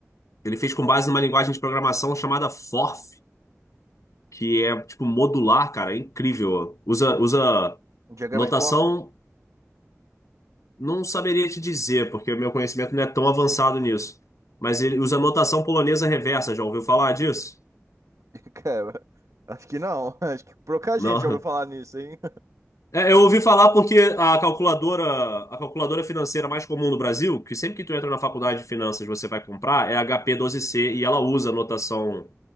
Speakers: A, on the left; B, on the right.
A: ele fez com base numa linguagem de programação chamada FORF, que é tipo modular, cara, é incrível. Usa, usa
B: Um diagrama
A: notação
B: de bloco?
A: Não saberia te dizer, porque o meu conhecimento não é tão avançado nisso. Mas ele usa notação polonesa reversa, já ouviu falar disso?
B: <laughs> Cara, acho que não. <laughs> Acho que pouca
A: Não.
B: gente já ouviu falar nisso, hein?
A: É, eu ouvi falar porque a calculadora, a calculadora financeira mais comum no Brasil, que sempre que tu entra na faculdade de finanças você vai comprar, é a HP12C e ela usa notação